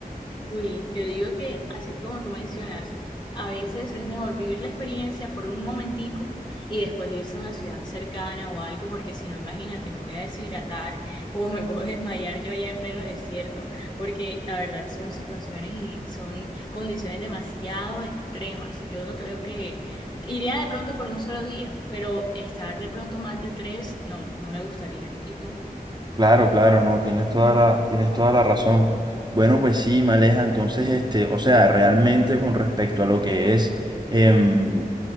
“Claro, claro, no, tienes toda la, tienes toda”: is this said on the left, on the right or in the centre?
Right